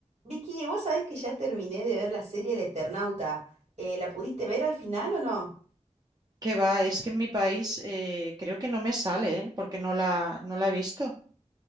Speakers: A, on the right; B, on the right.
A: Vicky, vos sabés que ya terminé de ver la serie El Eternauta. Eh, ¿la pudiste ver al final o no?
B: Que va, es que en mi país eh, creo que no me sale, ¿eh? Porque no la, no la he visto.